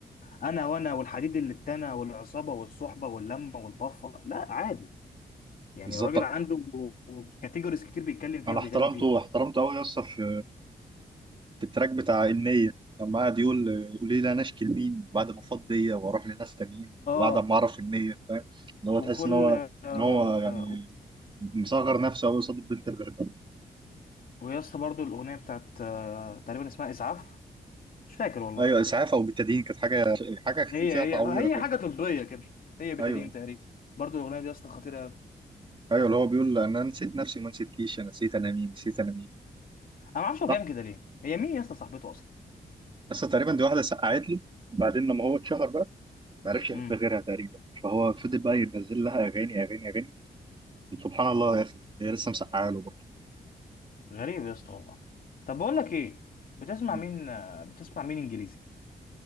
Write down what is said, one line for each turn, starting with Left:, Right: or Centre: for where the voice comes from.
Left: انا وانا والحديد اللي اتنى والعصابة والصحبة واللمة والبفة لا عادي يعني
Right: بالظبط
Left: الراجل عنده كاتيجوريز كتير بيتكلم فيها
Right: انا
Left: وبيغني
Right: احترمته
Left: فيها
Right: احترمته قوي يا اسطى في في التراك بتاع النية لما قعد يقول آه، قولي لي انا اشكي لمين بعد ما فاض بيا واروح لناس تانيين
Left: اه
Right: وبعد ما اعرف النية فاهم اللي هو
Left: وكل
Right: تحس ان هو
Left: آه...
Right: ان هو يعني مصغر نفسه قوي قصاد البنت اللي بيحبها
Left: ويا اسطى برضه الاغنية بتاعت آه... تقريبا اسمها اسعاف مش فاكر والله
Right: ايوه اسعاف او بالتدين كانت حاجه حاجه فيها
Left: هي هي
Right: تعويره
Left: هي
Right: كده
Left: حاجه طبيه كده هي بتدين
Right: ايوه
Left: تقريبا برضو الاغنيه دي يا اسطى خطيره قوي انا
Right: ايوه اللي هو بيقول انا نسيت نفسي وما نسيتكيش انا نسيت انا مين نسيت انا مين
Left: ما اعرفش هو
Right: صح
Left: بيعمل كده ليه هي مين يا اسطى صاحبته اصلا
Right: بس تقريبا دي واحده سقعت له بعدين لما هو اتشهر بقى ما عرفش يحب
Left: امم
Right: غيرها تقريبا فهو فضل بقى ينزل لها اغاني اغاني اغاني وسبحان الله يا اخي هي لسه مسقعه له
Left: غريب يا اسطى والله طب بقول لك ايه بتسمع
Right: برضه
Left: مين آه، بتسمع مين انجليزي